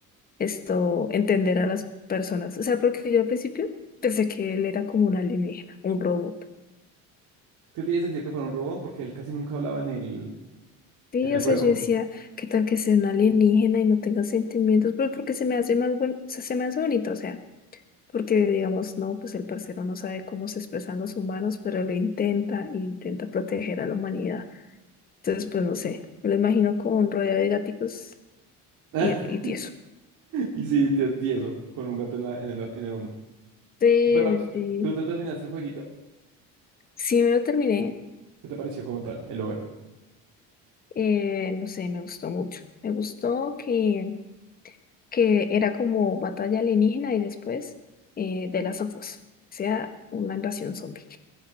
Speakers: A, on the left; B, on the right.
A: esto, entender a las personas. O sea, porque yo al principio pensé que él era como un alienígena, un robot.
B: sí tiene sentido que fuera un robón porque él casi nunca hablaba en el,
A: Sí,
B: en el
A: o
B: juego.
A: sea, yo decía, ¿qué tal que sea una alienígena y no tenga sentimientos? Pues porque se me hace más bon- se se me hace bonito, o sea, porque digamos, no, pues el parcero no sabe cómo se expresan los humanos, pero lo intenta e intenta proteger a la humanidad. Entonces, pues no sé, me lo imagino como un rodeo de gaticos
B: <laughs>
A: y, y tieso.
B: Y sí, te- tieso, con un gato en, la, en el, en el hombro.
A: Sí,
B: Pero tú, te-
A: sí, sí.
B: tú te terminaste el jueguito.
A: Sí, me lo terminé.
B: ¿Qué te pareció como tal, el over?
A: Eh, no sé, me gustó mucho. Me gustó que, que era como batalla alienígena y después eh, de las Us. O sea, una invasión zombie.